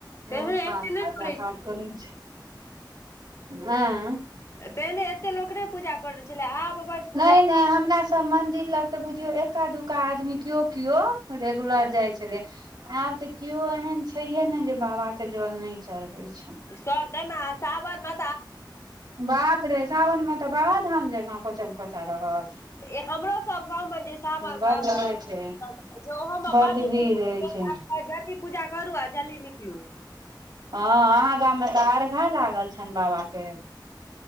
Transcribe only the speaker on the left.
पहिने
एते नहि
करै छलै
पहिने एते लोक नहि पूजा करै छलै आब बड्ड पूजा
हँ
सब देै न सावन म
ए हमरो सब गाँव मे जे सावन
मे
<inaudible> ओहो मे
बड भीड़
<inaudible> आ जल्दी पूजा करू आ जल्दी निकलु